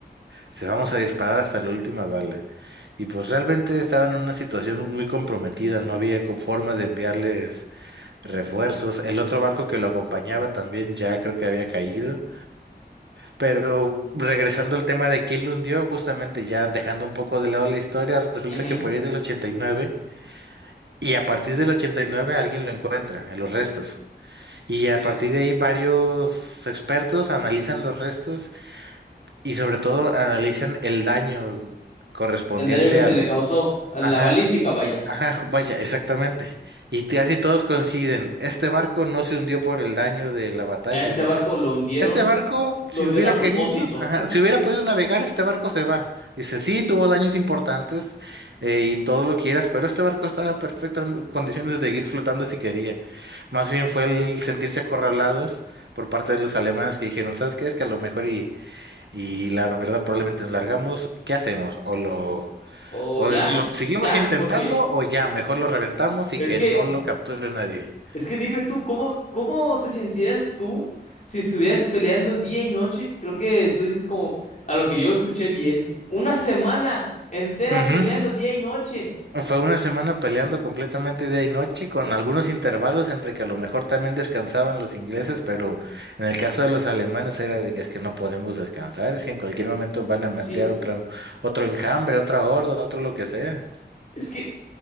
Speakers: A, on the right (about 85°); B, on the left (about 45°).
A: Se vamos a disparar hasta la última bala. Y pues realmente estaban en una situación muy comprometida, no había co- forma de enviarles refuerzos. El otro barco que lo acompañaba también ya creo que había caído. Pero regresando al tema de quién lo hundió, justamente ya dejando un poco de lado la historia, resulta
B: ujú,
A: que por ahí del ochenta y nueve y a partir del 89 alguien lo encuentra en los restos. Y a
B: Sí.
A: partir de ahí varios expertos analizan los restos Y sobre todo analizan el daño correspondiente
B: El daño que se
A: al...
B: le causó a
A: Ajá,
B: la balística, vaya.
A: ajá, vaya, exactamente. Y te- casi todos coinciden, este barco no se hundió por el daño de la batalla,
B: A este
A: dice
B: barco
A: este.
B: lo hundieron,
A: Este barco,
B: lo
A: si
B: hundieron
A: hubiera
B: a propósito.
A: querido, ajá, si hubiera podido navegar, este barco se va. Dice, sí, tuvo daños importantes eh, y todo lo quieras, pero este barco estaba en perfectas condiciones de seguir flotando si quería. Más bien fue el sentirse acorralados por parte de los alemanes que dijeron, ¿sabes qué? Es que a lo mejor y y la verdad, probablemente nos largamos. ¿Qué hacemos? ¿O lo,
B: O
A: o
B: ya,
A: lo seguimos
B: ya,
A: intentando
B: porque
A: o ya, mejor lo reventamos y
B: es
A: que
B: que
A: no lo capture nadie?
B: Es que dime tú, ¿cómo, cómo te sentirías tú si estuvieras peleando día y noche? Creo que tú dices como, a lo que yo escuché bien, una semana entera
A: Ujú.
B: peleando día y noche.
A: Fue una semana peleando completamente día y noche con algunos intervalos entre que a lo mejor también descansaban los ingleses, pero en el caso de los alemanes era de que es que no podemos descansar, es que en cualquier momento van a
B: Sí,
A: mandar otro, otro enjambre, otra horda, otro lo que sea.
B: es que